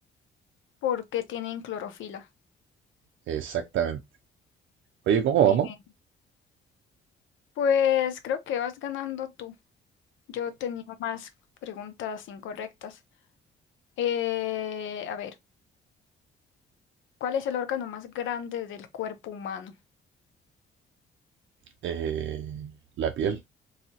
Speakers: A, on the left; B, on the right.
A: ¿Por qué tienen clorofila?
B: Exactamente. Oye, ¿cómo
A: Bien.
B: vamos?
A: Pues creo que vas ganando tú. Yo tenía más preguntas incorrectas. Eh, a ver. ¿Cuál es el órgano más grande del cuerpo humano?
B: Eh, la piel.